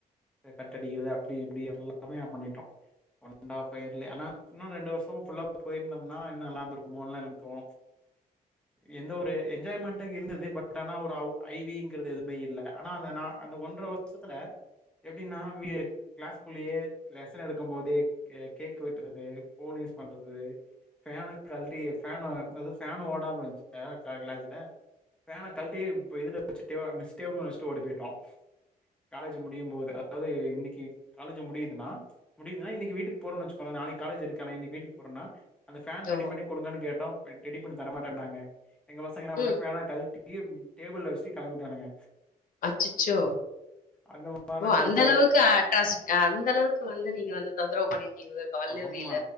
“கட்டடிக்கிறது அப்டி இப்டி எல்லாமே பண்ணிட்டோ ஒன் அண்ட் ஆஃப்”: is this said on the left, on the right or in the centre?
Centre